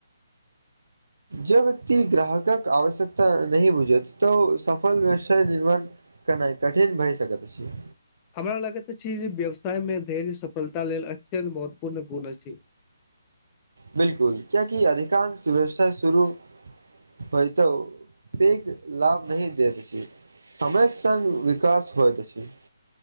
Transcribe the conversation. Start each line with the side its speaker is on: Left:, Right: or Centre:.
Right: जबकि ग्राहकक आवश्यकता नहि बुझत तँ ओ सफल। निर्भर करनाइ कठिन भए सकत छै।
Left: हमरा लगैत छि जे व्यवसाय मे धैर्य सफलता लेल अत्यंत महत्वपूर्ण गुण अछि।
Right: बिलकुल किएकी अधिकांश व्यवसाय शुरू। होइ त उ पेघ लाभ नहिं दे सकैया। समयक संग विकास होइत अछि।